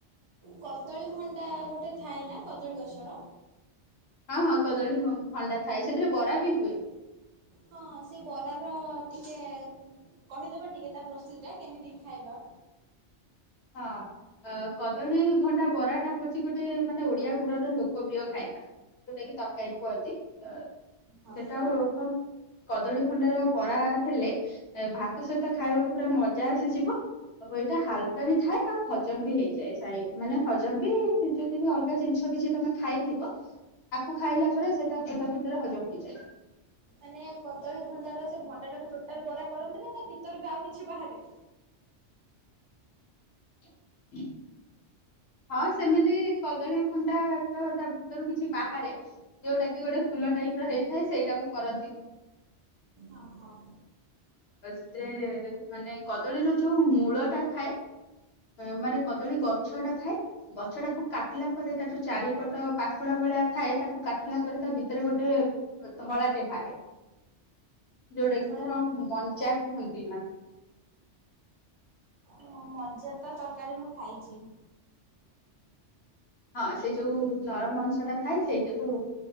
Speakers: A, on the right; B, on the left.
A: କଦଳୀ ଭଣ୍ଡା ଗୋଟେ ଥାଏ ନା କଦଳୀ ଗଛର।
B: ହଁ ହଁ କଦଳୀ ଭଣ୍ଡା ଥାଏ ସେଥିରେ ବରା ବି ହୁଏ।
A: ହଁ ସେ ବରାର ଟିକେ କହିଦବ ଟିକେ ତା ପ୍ରସ୍ତୁତି ଟା କେମିତି ଖାଇବା।
B: ହଁ କଦଳୀ ଭଣ୍ଡା ବରାଟା ହଉଛି ଗୋଟେ ମାନେ ଓଡିଆ ଘରର ଲୋକପ୍ରିୟ ଖାଇବା ଯୋଉଟା କି ତରକାରୀ କୁହନ୍ତି ଅ
A: ହଁ।
B: ସେଟା ହଉ <unintelligible> କଦଳୀ ଭଣ୍ଡାର ବରା ହେଲେ ଭାତ ସହିତ ଖାଇବାକୁ ପୁରା ମଜା ଆସିଯିବ ଆଉ ଏଇଟା ହାଲ୍ କା ବି ଥାଏ ଆଉ ହଜମ ବି ହେଇଯାଏ <unintelligible> ମାନେ ହଜମ ବି ଯଦି ବି ଅଲଗା ଜିନିଷ କିଛି ତମେ ଖାଇଥିବ ତାକୁ ଖାଇଲା ପରେ ସେଇଟା ପେଟ ଭିତରେ ହଜମ ହେଇଯାଏ।
A: ମାନେ କଦଳୀ ଭଣ୍ଡାର ସେ ଭଣ୍ଡା ଟାକୁ ଟୋଟାଲ୍ ବରା କରନ୍ତି ନା ତା ଭିତରୁ ବି ଆଉ କିଛି ବାହାରେ।
B: <inaudible> ହଁ ସେମିତି କଦଳୀ ଭଣ୍ଡା ତ ତା ଭିତରୁ କିଛି ବାହାରେ ଯୋଉଟା କି ଗୋଟେ ଫୁଲ ଟାଇପର ହେଇଥାଏ ସେଇଟାକୁ କରନ୍ତି।
A: ଅ ହଁ।
B: ସେଥିରେ ମାନେ କଦଳୀର ଯୋଉ ମୂଳଟା ଥାଏ ଅଁ ମାନେ କଦଳୀ ଗଛଟା ଥାଏ। ଗଛଟାକୁ କାଟିଲା ପରେ ତା ଯୋଉ ଚାରିପଟ ପାଖୁଡା ଭଳିଆ ଥାଏ ତାକୁ କାଟିଲା ପରେ ତା ଭିତରେ ଗୋଟେ ଧଳାଟେ ଭାରେ। ଯୋଉଟା କି
A: ଧଳା
B: ତାର ମଞ୍ଚା କୁହନ୍ତି ନା।
A: ହଁ ମଞ୍ଜା ତା ତରକାରୀ ମୁଁ ଖାଇଚି।
B: ହଁ ସେଇ ଯୋଉ ନରମ ଅଂଶଟା ଥାଏ ସେଇଟାକୁ